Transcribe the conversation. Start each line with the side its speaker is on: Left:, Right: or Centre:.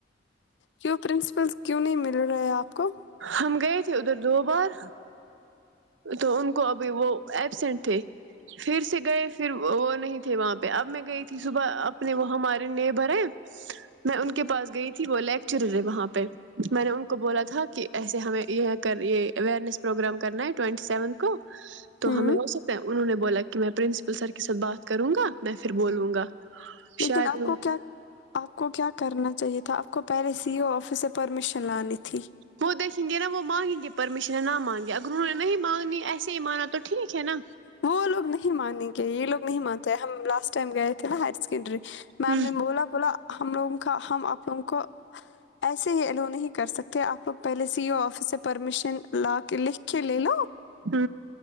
Left: کیوں پرنسپل کیوں نہیں مل رہا ہے آپ کو
Right: ہم گئے تھے ادھر دو بار تو ان کو ابھی وہ ایبسینٹ تھے پھر سے گئے پھر وہ نہیں تھے وہاں پہ اب میں گئی تھی صبح اپنے وہ ہمارے نیبر ہیں میں ان کے پاس گئی تھی بولے چرے وہاں پہ میں نے ان کو بولا تھا کہ ایسے ہمیں یہ کر یہ اوئیرنیس پروگرام کرنا ہے ٹوینٹی سیونتھ کو تو
Left: ہوں
Right: ہمیں اسے انہوں نے بولا کہ میں پرنس بسر کے ساتھ بات کروں گا میں پھر بولوں گا
Left: لیکن
Right: شاید
Left: آپ کو کیا آپ کو کیا کرنا چاہیے تھا آپ کو پہے سی او آفس سے پرمیشن لانی تھی
Right: وہ دیکھیں گے نا وہ مانگیں گے پرمیشن ہے نہ مانگے اب گو نہیں مانگنی ایسے ہی مانا تو ٹھیک ہے نا
Left: وہ لوگ نہیں مانیں گے یہ لوگ نہیں مانتے ہم لاسٹ ٹائم گئے تھے نا ہائر سیکنڈری میم
Right: ہ
Left: نے بولا بولا ہم لوگوں کا ہم آپ لگ کو کو ایسے ہی ایلو نہیں کر سکتے آپ لوگ پہلے سیو آفس سے پرمیشن لا کے لکھ کے لے لو
Right: ہ